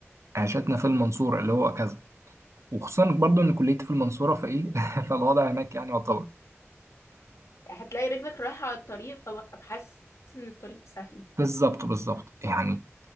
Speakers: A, on the right; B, on the left.
A: عيشتنا في المنصوره اللي هو كذا وخصوصا برضو ان كليتي في المنصوره فايه <laughs> فالوضع هناك يعني يعتبر
B: هتلاقي رجلك رايحة على الطريق فببقى حاسس ان الطريق سهل
A: بالظبط بالظبط يعني